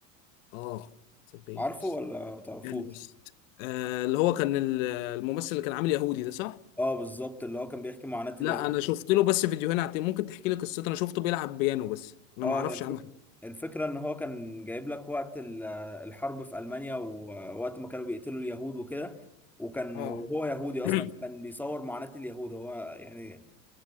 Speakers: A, on the left (about 70°); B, in the centre.
A: اه ذا بيانست
B: عارفه ولا ما تعرفوش
A: بيانست آه اللي هو كان ال- الممثل اللي كان عامل يهودي ده صح؟
B: اه بالظبط اللي هو كان بيحكي معاناه اليهود
A: لا انا شفت له بس فيديوهين على التيك- ممكن تحكي لي قصته انا شفته بيلعب بيانو بس انا
B: اه
A: ما اعرفش
B: هي الفكره
A: عنه حاجه
B: الفكره ان هو كان جايب لك وقت ال- الحرب في المانيا ووقت ما كانوا بيقتلوا اليهود وكده وكان
A: اه
B: وهو يهودي اصلا
A: <clears throat>
B: فكان بيصور معاناه اليهود هو يعني